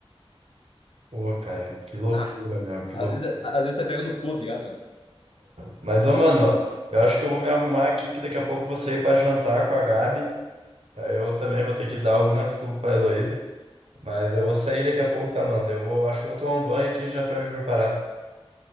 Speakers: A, on the right (about 80°); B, on the left (about 60°).
A: Pô, cara, que loucura,
B: Nah.
A: meu, que
B: Às
A: loucura.
B: vezes, às vezes você pega no pulo, tá ligado, meu?
A: Mas, ô, mano, eu acho que eu vou me arrumar aqui, que daqui a pouco eu vou sair pra jantar com a Gabi. Aí Eu também vou ter que dar alguma desculpa pra Heloísa. Mas eu vou sair daqui a pouco, tá, mano? Eu vou, acho que eu vou tomar um banho aqui já pra me preparar.